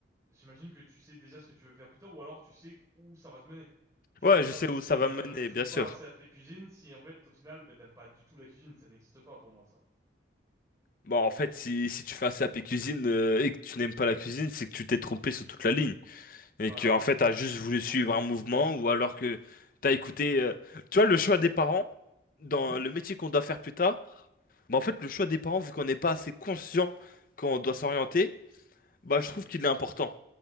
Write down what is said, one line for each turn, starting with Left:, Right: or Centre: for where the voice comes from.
Right: j'imagine que tu sais déjà ce que tu veux faire plus tard, ou alors tu sais où ça va te mener. Tu
Left: Ouais,
Right: fais pas
Left: je sais
Right: des
Left: où
Right: études,
Left: ça va
Right: euh,
Left: me mener,
Right: tu
Left: bien
Right: fais
Left: sûr.
Right: pas un CAP cuisine si en fait au final, ben, t'aimes pas du tout la cuisine, ça n'existe pas pour moi ça
Left: Bon, en fait,
Right: Euh,
Left: si, si tu fais un CAP cuisine euh, et que tu n'aimes pas la cuisine, c'est que tu t'es trompé sur toute la ligne. Et
Right: Bah
Left: que, en
Right: ouais.
Left: fait, t'as juste voulu suivre un mouvement ou alors que t'as écouté. euh, Tu vois, le choix des parents, dans
Right: Mhm.
Left: le métier qu'on doit faire plus tard, bah, en fait, le choix des parents, vu qu'on n'est pas assez conscient qu'on doit s'orienter, bah, je trouve qu'il est important.